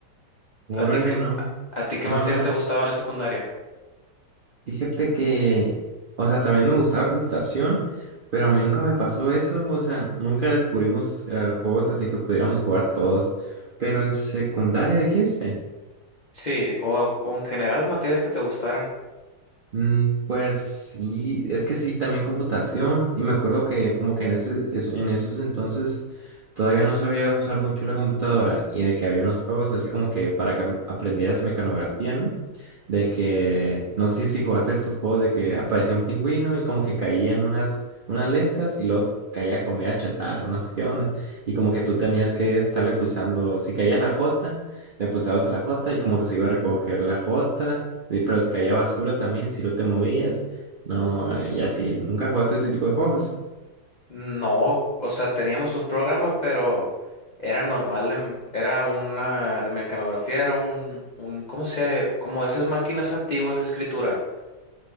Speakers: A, on the right; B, on the left.
A: Órale,
B: ¿A ti, qué-
A: no.
B: a ti qué
A: No,
B: materia
A: no.
B: te gustaba en la secundaria?
A: Fíjate que, o sea, también me gustaba computación, pero a mí nunca me pasó eso, o sea, nunca descubrimos eh, juegos así que pudiéramos jugar todos. Pero en secundaria dijiste.
B: Sí, o, o en general materias que te gustaran.
A: Mm, Pues sí, es que sí, también computación. Y me acuerdo que como que en ese, es- en esos entonces todavía no sabía usar mucho la computadora y de que había unos juegos así como que para que am- aprendieras mecanografía, ¿no? De que, no sé si jugaste estos juegos de que aparecía un pingüino y como que caían unas, unas letras y luego caía comida chatarra, no sé qué onda. Y como que tú tenías que estarle pulsando, si caía la J, le pulsabas a la J y como que se iba a recoger la J. Sí, pero se caía basura también si no te movías. No, eh, y así. Nunca jugaste ese tipo de juegos.
B: No, o sea, teníamos un programa, pero era normal, de, era una de mecanografía, era un, un, ¿cómo se, como esas máquinas antiguas de escritura.